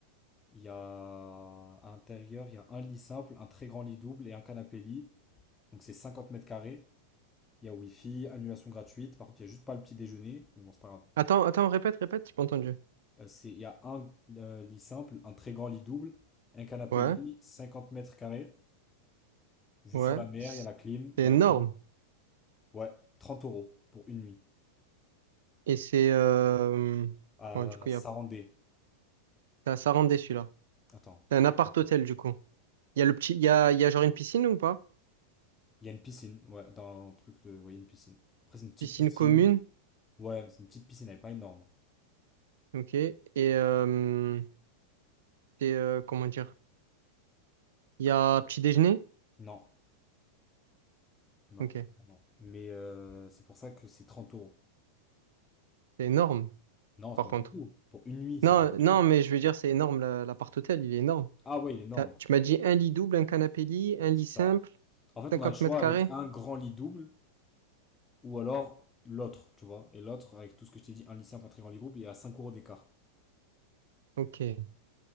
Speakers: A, on the left; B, on the right.
A: Il y a à l'intérieur, il y a un lit simple, un très grand lit double et un canapé-lit. Donc, c'est 50 mètres carrés. Il y a Wi-Fi, annulation gratuite. Par contre, il n'y a juste pas le petit déjeuner. Mais bon, c'est pas grave.
B: Attends, attends, répète, répète, j'ai pas entendu.
A: Euh, c'est, il y a un euh, lit simple, un très grand lit double, un canapé-lit,
B: Ouais,
A: 50 mètres carrés. Vue
B: ouais,
A: sur la mer,
B: c'est
A: il y a la clim, balcon.
B: énorme.
A: Ouais, 30 euros pour une nuit.
B: Et c'est... euh,
A: À
B: ouais, du coup,
A: Sarandé.
B: il y a... ça, ça rend déçu, là.
A: Attends,
B: C'est un
A: qu'est-ce
B: appart-hôtel,
A: que-
B: du coup. Il y a le petit... Il y a, il y a genre une piscine ou pas?
A: il y a une piscine. Ouais, dans un truc de. Ouais, il y a une piscine. Après, c'est une petite
B: Piscine
A: piscine.
B: commune,
A: Ouais, mais c'est une petite piscine, elle est pas énorme.
B: ok. Et euh, c'est... euh, comment dire? Il y a petit déjeuner,
A: Non, non,
B: ok.
A: non. Mais euh, c'est pour ça que c'est 30 euros.
B: C'est énorme,
A: Non, c'est
B: par
A: pas
B: contre.
A: beaucoup. Pour une nuit, c'est
B: Non,
A: rien du
B: non,
A: tout.
B: mais je veux dire, c'est énorme, la- l'appart-hôtel, il est énorme.
A: Ah ouais, il est énorme.
B: T'as- Tu m'as dit un lit double, un canapé lit, un
A: C'est
B: lit
A: ça.
B: simple,
A: En fait,
B: 50
A: on a le choix
B: mètres carrés?
A: avec un grand lit double ou alors l'autre, tu vois. Et l'autre, avec tout ce que je t'ai dit, un lit simple, un très grand lit groupe, il est à 5 euros d'écart.
B: Ok. C'est